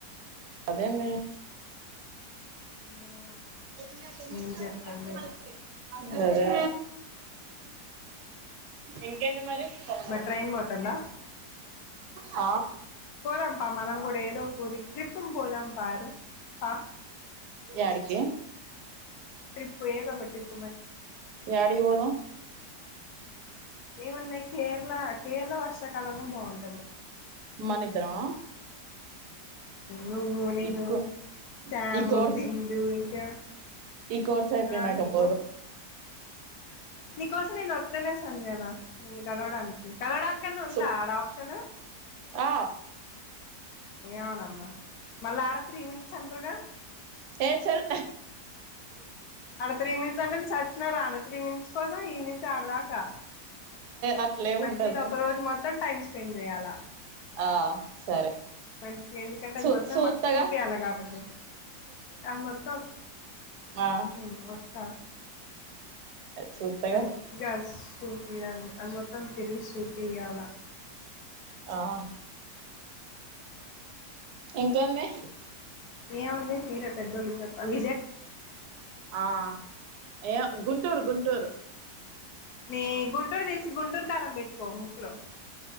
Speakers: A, on the right (about 75°); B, on the left (about 70°).
A: అదెంది
B: ఏమో
A: టెన్ మినిట్స్
B: ఏం
A: లో
B: చెప్తాందో
A: కాట్చెయ్
B: ఏమో
A: అవ్వన్నీ సరే ఇంకేంటి మరి తెల్వదు
B: మరి ట్రైన్ పోతుందా
A: హ
B: పోదం పా మనం కూడా ఏదో ఒక ఊరికి ట్రిఫ్ కి పోదాం పరి పా
A: యాడికి
B: ట్రిప్ ఏదో ఒక ట్రిప్
A: యాడికి పోదాం
B: ఏమున్నాయి కేరళ కేరళ వర్షాకాలంలో బాగుంటుంది
A: మనిద్దరమా
B: నువ్వు నేను
A: ఇకో
B: శ్యామ్
A: ఈ కోర్స్
B: బిందు ఇంకా
A: ఈ కోస్ర్ అయిపోయినక
B: ఆ నీకో
A: పోదాం
B: నీకోసం నేను వస్తనే సంజనా నిన్ను కలవడానికి కలవడానికన్నా ఉందా
A: సో
B: ఆడ ఆప్షన్
A: ఆ
B: ఏమోనమ్మా మళ్ళా ఆడ త్రీ మినిట్స్ అండ్రగా
A: ఏ చల్
B: అడ త్రీ మినిట్స్ అంటే నేన్ సచ్చిన రాను త్రీ మినిట్స్ కోసం ఈ నుంచి ఆడదాకా
A: అట్లేం
B: మంచిగా
A: ఉండదులే
B: ఒక రోజు మొత్తం టైం స్పెండ్ చేయ్యాల
A: ఆ సరే
B: మంచి ఎందుకంటే అది
A: చూ
B: మొత్తం
A: చూత్తగా
B: మాకు చూపించయాలి కాబట్టి అది మొత్తం
A: నహ్
B: విఓతా
A: సూత్తగా
B: మంచిగా సూపియల్ అది మొత్తం తిరిగి సూపియాలా
A: ఆఅ ఇంకేమే
B: ఏవుంది మీరే పెద్దోలు చెప్పల్
A: ఆ ఏవ్ గుంటూరు గుంటూరు.
B: నీ గుండూర్ దిస్ గుంటూరు కారం బెట్కో ముక్లో